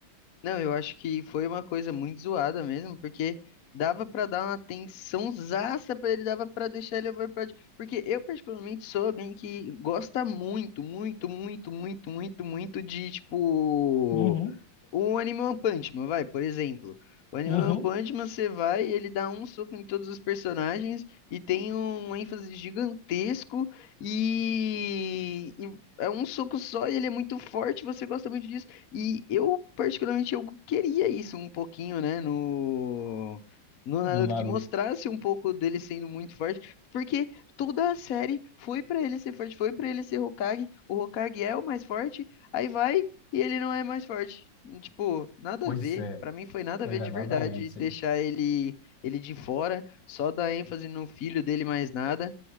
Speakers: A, on the left; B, on the left.
A: Não, eu acho que foi uma coisa muito zoada mesmo, porque dava pra dar uma tensãozaça pra ele, dava pra deixar ele overpowered. Porque eu, particularmente, sou alguém que gosta muito, muito, muito, muito, muito, muito de, tipo.
B: Uhum,
A: O Anime One Punch Man, vai, por exemplo. O Anime
B: uhum,
A: One Punch Man, você vai, ele dá um soco em todos os personagens e tem um ênfase gigantesco e, e é um soco só e ele é muito forte, você gosta muito disso. E eu, particularmente, eu queria isso um pouquinho, né, no, no
B: no
A: Naruto,
B: Naruto.
A: que mostrasse um pouco dele sendo muito forte, porque toda a série foi pra ele ser forte, foi pra ele ser Hokage, o Hokage é o mais forte, aí vai e ele não é mais forte. Tipo, nada
B: Pois
A: a ver.
B: é.
A: Pra mim foi nada
B: Pois
A: a ver de
B: é,
A: verdade
B: nada a ver isso
A: deixar
B: aí.
A: ele ele de fora, só dar ênfase no filho dele mais nada.